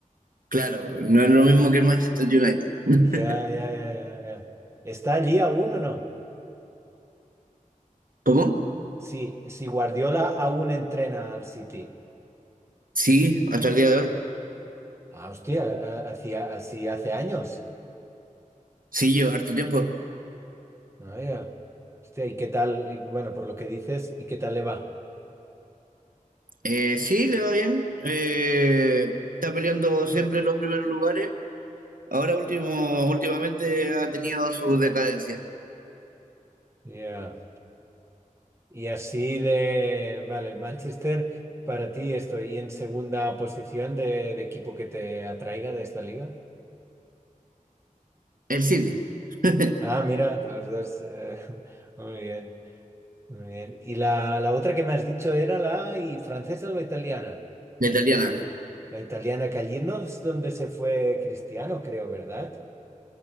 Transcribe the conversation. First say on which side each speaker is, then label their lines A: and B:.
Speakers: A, on the right (about 80°); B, on the right (about 20°).
A: Claro, no es lo mismo que el Manchester United.
B: Ya, ya,
A: <laughs>
B: ya, ya, ya. ¿Está allí aún o no?
A: ¿Cómo?
B: sí si Guardiola aún entrena al City.
A: Sí, hasta el día de hoy.
B: Ah, hostia, a- hacía así hace años.
A: Sí, lleva harto tiempo.
B: Ah, ya. Hostia, ¿y qué tal? Y Bueno, por lo que dices, ¿y qué tal le va?
A: Eh, sí, le va bien. Eh, está peleando siempre en los primeros lugares. Ahora último, últimamente ha tenido su decadencia.
B: Ya. Y así de, vale, el Manchester, para ti estoy en segunda posición de, de equipo que te atraiga de esta liga.
A: El City, <laughs>
B: Ah, mira, los dos. eh, <laughs> muy bien, muy bien. ¿Y la, la otra que me has dicho era la y francesa o la italiana?
A: la italiana.
B: La italiana Callirno es donde se fue Cristiano, creo, ¿verdad?